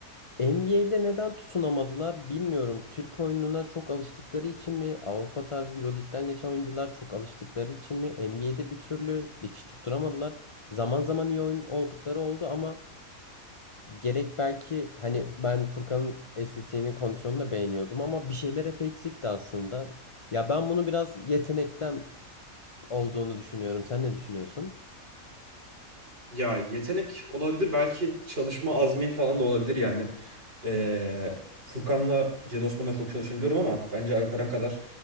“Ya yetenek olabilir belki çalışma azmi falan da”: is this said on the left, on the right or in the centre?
Right